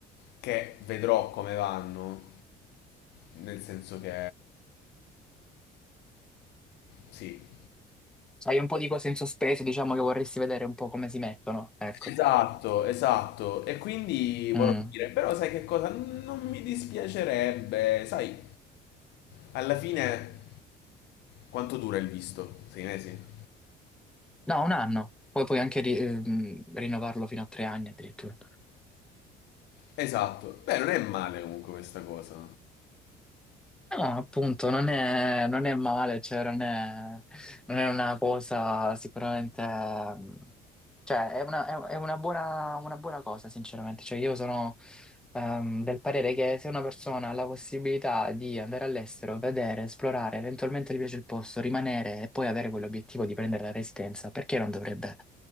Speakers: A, on the left; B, in the centre.
A: che vedrò come vanno, nel senso che sì.
B: Hai un po' di cose in sospeso, diciamo che vorresti vedere un po' come si mettono, ecco.
A: Esatto, esatto. E quindi vorrò
B: Mm.
A: dire, però sai che cosa? Non mi dispiacerebbe, sai, alla fine quanto dura il visto? Sei mesi?
B: No, un anno, poi puoi anche ri- ehm, rinnovarlo fino a tre anni addirittura.
A: Esatto. Beh, non è male comunque questa cosa.
B: No, appunto, non è, non è male, cioè non è, non è una cosa sicuramente, mm, cioè è una, è- è una buona, una buona cosa, sinceramente. Cioè io sono ehm, del parere che se una persona ha la possibilità di andare all'estero, vedere, esplorare, eventualmente gli piace il posto, rimanere e poi avere quell'obiettivo di prendere la residenza, perché non dovrebbe